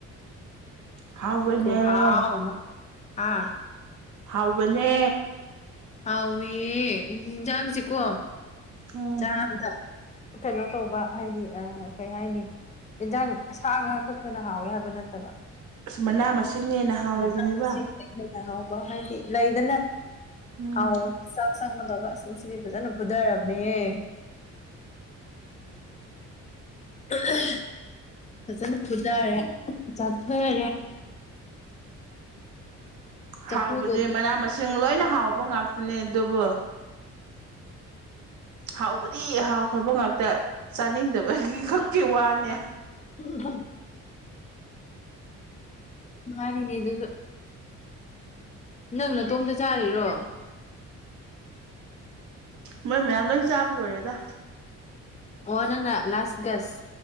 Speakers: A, on the right; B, on the left.
A: ꯍꯥꯎꯕꯅꯦ
B: ꯈꯨꯍꯥꯎ ꯑꯃ ꯍꯥꯥ
A: ꯍꯥꯎꯕꯅꯦ
B: ꯍꯥꯎꯋꯦ ꯌꯦꯟꯁꯥꯡꯁꯤꯀꯣ
A: ꯎꯝ
B: ꯆꯥꯕꯗ ꯀꯩꯅꯣ ꯇꯧꯕ ꯍꯥꯏꯗꯤ ꯑ ꯀꯩ ꯍꯥꯏꯅꯤ ꯌꯦꯟꯁꯥꯡ ꯁꯥ ꯉꯥ ꯈꯛꯇꯅ ꯍꯥꯎꯋꯦ ꯍꯥꯏꯕ ꯅꯠꯇꯕ
A: ꯑꯁ ꯃꯅꯥ ꯃꯁꯤꯡꯅ ꯍꯦꯟꯅ ꯍꯥꯎꯔꯤꯕꯅꯤꯕ
B: ꯃꯅꯥ ꯃꯁꯤꯡ ꯗꯩ ꯍꯦꯟꯅ ꯍꯥꯎ ꯂ ꯍꯥꯏꯗꯤ ꯂꯩꯗꯅ
A: ꯎꯝ
B: ꯍꯥꯎꯕꯗ ꯆꯥꯛ ꯆꯪꯒꯗ ꯑꯁ ꯉꯁꯤꯗꯤ ꯐꯖꯅ ꯐꯨꯗꯔꯕ ꯅꯤꯍꯦ <inaudible> ꯐꯖꯅ ꯐꯨꯊꯔꯦ ꯆꯥꯊꯔꯦ ꯆꯐꯨꯗꯣ
A: ꯍꯥꯎꯕꯗꯤ ꯃꯅꯥ ꯃꯁꯤꯡ ꯂꯣꯏꯅ ꯍꯥꯎꯕ ꯉꯥꯛꯇꯅꯦ ꯑꯗꯨꯕꯨ ꯍꯥꯎꯕꯗꯤ ꯍꯥꯎꯈ꯭ꯔꯕ ꯉꯥꯛꯇ ꯆꯥꯅꯤꯡꯗꯕꯒꯤ ꯈꯛꯀꯤ ꯋꯥꯅꯦ
B: ꯎꯝ ꯃꯥꯅꯤꯅꯦ ꯗꯨꯁꯨ ꯅꯪ ꯅꯇꯣꯝꯇ ꯆꯥꯔꯤꯔꯣ
A: ꯃꯣꯏ ꯃꯌꯥꯝ ꯂꯣꯏ ꯆꯥꯕ ꯂꯣꯏꯔꯦꯗ
B: ꯑꯣ ꯅꯪꯅ ꯂꯥꯁ ꯒꯁ